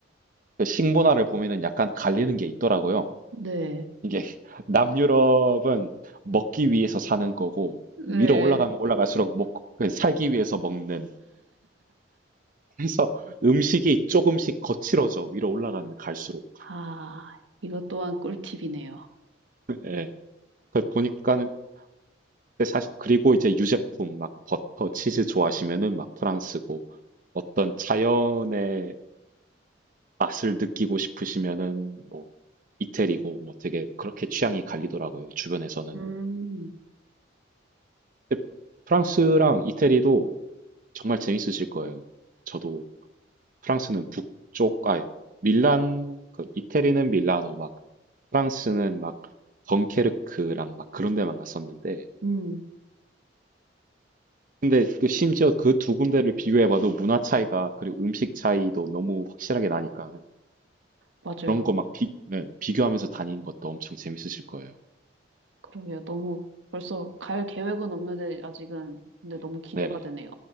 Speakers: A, on the right; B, on the right.
A: 그 식문화를 보면은 약간 갈리는 게 있더라고요.
B: 네.
A: 이게 <laughs> 남유럽은 먹기 위해서 사는 거고
B: 네.
A: 위로 올라가면 올라갈수록 먹, 그 살기 위해서 먹는 그래서 음식이 조금씩 거칠어져 위로 올라가면 갈수록.
B: 아, 이것 또한 꿀팁이네요.
A: 예. 그 보니까는 근데 사실 그리고 이제 유제품 막 버터, 치즈 좋아하시면은 막 프랑스고 어떤 자연의 맛을 느끼고 싶으시면은 뭐 이태리고 뭐 되게 그렇게 취향이 갈리더라고요. 주변에서는.
B: 음,
A: 근데 프랑스랑 이태리도 정말 재밌으실 거예요. 저도 프랑스는 북쪽, 아, 밀란, 그 이태리는 밀라노, 막 프랑스는 막 덩케르크랑 막 그런 데만 갔었는데,
B: 음,
A: 근데 그 심지어 그 두 군데를 비교해봐도 문화 차이가 그리고 음식 차이도 너무 확실하게 나니까는
B: 맞아요.
A: 그런 거 막 비, 네, 비교하면서 다니는 것도 엄청 재밌으실 거예요.
B: 그러게요. 너무 벌써 갈 계획은 없는데 아직은 근데
A: 네.
B: 너무 기대가
A: 네네.
B: 되네요.